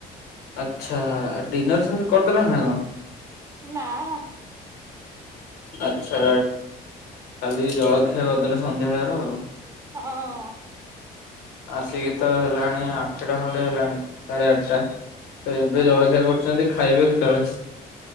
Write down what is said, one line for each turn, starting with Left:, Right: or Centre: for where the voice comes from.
Left: ଆଚ୍ଛା ଡିନର ସବୁ କରିଦେଲଣି ନା କଣ?
Right: ନାଁ ନା
Left: ଆଚ୍ଛା କାଲି ଜଳଖିଆ କରିଦେଲ ସନ୍ଧ୍ୟା ବେଳର ଆଉ।
Right: ହଁ
Left: ଆସିକି ତ ହେଲାଣି ଆଠଟା ଖଣ୍ଡେ ହେଲାଣି ସାଢେ ଆଠଟା। ଏବେ
Right: ହଁ
Left: ଜଳଖିଆ
Right: ବା
Left: କରୁଚନ୍ତି ଖାଇବେ କେତବଳେ?